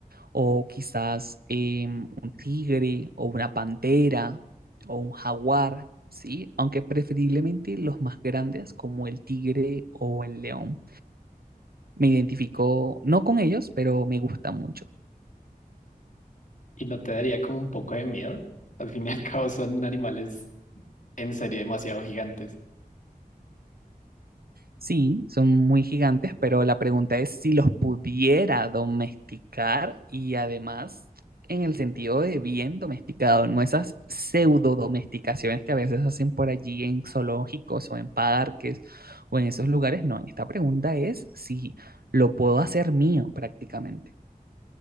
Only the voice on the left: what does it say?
¿Y no te daría como un poco de miedo? Al fin y al cabo son animales en serio demasiado gigantes.